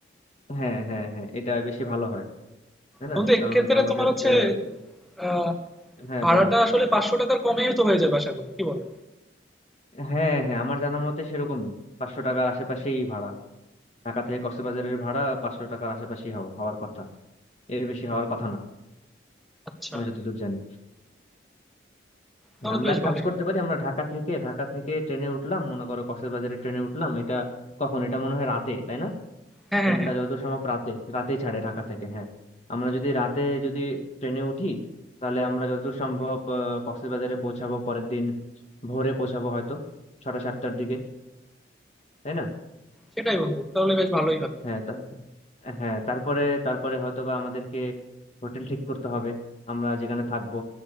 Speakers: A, on the left; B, in the centre.
A: হ্যাঁ হ্যাঁ হ্যাঁ এটা বেশি ভালো হয় তাই না
B: বন্ধু এক্ষেত্রে
A: কারণ আমাদের
B: তোমার হচ্ছে
A: আহ,
B: আহ,
A: হ্যাঁ
B: ভাড়াটা
A: বলো
B: আসলে পাঁচশো টাকার কমেই তো হয়ে যাবে আশা করি কি বলো
A: হ্যাঁ হ্যাঁ আমার জানা মতে সেরকমই পাঁচশো টাকার আশেপাশেই ভাড়া ঢাকা থেকে কক্সবাজারের ভাড়া পাঁচশো টাকার আশেপাশেই হও- হওয়ার কথা এর বেশি হওয়ার কথা না
B: আচ্ছা
A: আমি যতদূর জানি হ্যাঁ,
B: তাহলে
A: আমরা
B: তো বেশ
A: এক
B: ভালোই
A: কাজ করতে
B: হবে
A: পারি আমরা ঢাকা থেকে ঢাকা থেকে ট্রেনে উঠলাম মনে করো কক্সবাজারের ট্রেনে উঠলাম এটা কখন এটা মনে হয় রাতে তাই না
B: হ্যাঁ
A: ট্রেনটা
B: হ্যাঁ হ্যাঁ
A: যতদূর সম্ভব রাতে রাতেই ছাড়ে ঢাকা থেকে হ্যাঁ আমরা যদি রাতে যদি ট্রেনে উঠি তাহলে আমরা যতদূর সম্ভব আহ, কক্সবাজারে পৌঁছাবো পরের দিন ভোরে পৌঁছাবো হয়তো ছটা সাতটার দিকে তাই না
B: সেটাই বন্ধু তাহলে বেশ ভালোই হবে
A: হ্যাঁ তা- হ্যাঁ তারপরে তারপরে হয়তো বা আমাদেরকে হোটেল ঠিক করতে হবে আমরা যেখানে থাকবো